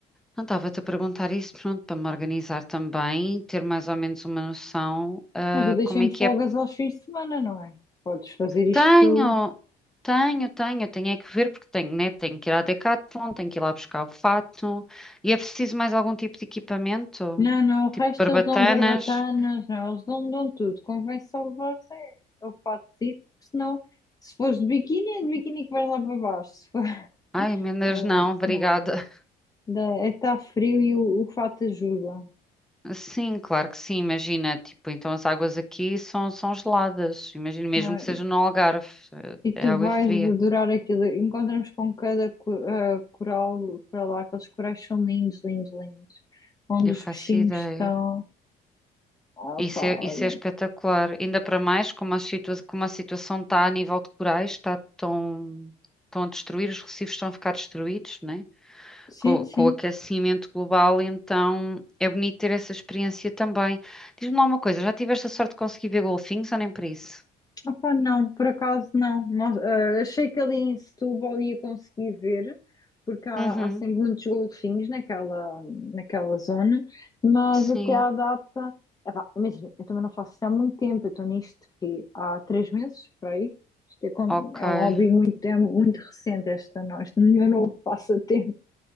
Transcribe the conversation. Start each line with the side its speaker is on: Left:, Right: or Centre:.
Centre: Não estava-te a perguntar isso, pronto, para me organizar também, ter mais ou menos uma noção, ah,
Left: Mas eu deixei-me
Centre: como é que
Left: folgas
Centre: é.
Left: aos fins de semana, não é? Podes fazer isto
Centre: Tenho, tenho, tenho, tenho é que ver, porque tenho, né? Tenho que ir à Decathlon, tenho que ir lá buscar o fato. E é preciso mais algum tipo de equipamento?
Left: Não, não, o
Centre: Tipo
Left: resto
Centre: barbatanas?
Left: eles dão barbatanas, não, eles dão, dão tudo. Convém só levares é, o fatezito, porque senão, se fores de biquíni, é de biquíni que vais lá para baixo. Se for- <laughs>
Centre: Ai, emendas não, obrigada.
Left: Não, Dá- é que está frio e o, o fato ajuda,
Centre: Sim, claro que sim, imagina, tipo, então as águas aqui são, são geladas, imagina, mesmo
Left: não é?
Centre: que seja no Algarve,
Left: E
Centre: eh,
Left: tu
Centre: a água
Left: vais
Centre: é fria,
Left: adorar aquilo. Encontramos com cada co- ah, coral para lá, aqueles corais são lindos, lindos, lindos. Onde
Centre: eu
Left: os
Centre: faço
Left: peixinhos
Centre: ideia.
Left: estão. Ah,
Centre: Isso
Left: pá,
Centre: é, isso
Left: olha.
Centre: é espetacular, ainda para mais como a, situa como a situação está a nível de corais, está tão, estão a destruir, os recifes estão a ficar destruídos, né?
Left: Sim,
Centre: Com,
Left: sim.
Centre: com o aquecimento global, então é bonito ter essa experiência também. Diz-me lá uma coisa, já tiveste a sorte de conseguir ver golfinhos ou nem para isso?
Left: Opa, não, por acaso não. Nós- eh, achei que ali em Setúbal ia conseguir ver, porque há,
Centre: Uhum,
Left: há sempre muitos golfinhos naquela, naquela zona, mas
Centre: sim,
Left: até à data. Epá, imagina, eu também não faço isso há muito tempo, eu estou nisto que há três meses, por aí. Isto é, com-
Centre: ok.
Left: é um hobby muito, é muito recente, esta, no- este meu novo passatempo.